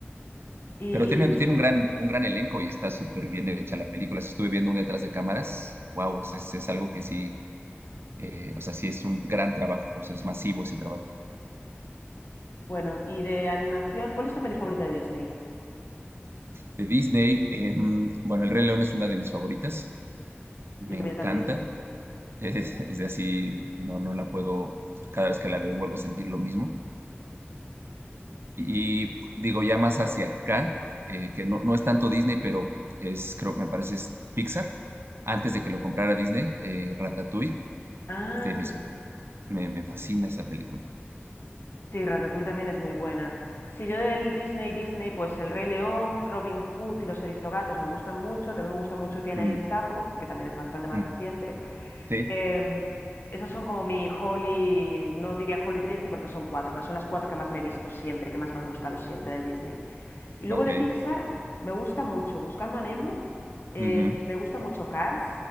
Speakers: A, on the left (about 55°); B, on the right (about 65°).
A: Y
B: Pero tiene, tiene un gran, un gran elenco y está súper bien hecha la película. Si estuve viendo un detrás de cámaras, wow, es, es algo que sí, eh, o sea, sí es un gran trabajo, o sea, es masivo ese trabajo.
A: bueno, y de animación, ¿cuál es tu peli favorita de Disney?
B: De Disney, em, bueno, El Rey León es una de mis favoritas, me
A: La
B: encanta.
A: mía también.
B: Eh, <laughs> es de así, no, no la puedo, cada vez que la veo vuelvo a sentir lo mismo. Y digo, ya más hacia acá, eh, que no, no es tanto Disney, pero es, creo que me parece es Pixar. Antes de que lo comprara Disney, eh, Ratatouille,
A: Ah,
B: de mis, me, me fascina esa película.
A: sí, Ratatouille también es muy buena. Si yo del Disney, Disney, pues El Rey León, Robin Hood y Los Aristogatos me gustan mucho. También me gusta mucho Tiana
B: Mm,
A: y el Sapo, que también es bastante más
B: mm,
A: reciente.
B: sí,
A: Em, esas son como mi Holy, no diría Holy Trinity porque son cuatro, pero son las cuatro que más me he visto siempre, que más me han gustado siempre de Disney. Y luego
B: ok,
A: de Pixar me gusta mucho Buscando a Nemo, em,
B: ujú,
A: me gusta mucho Cars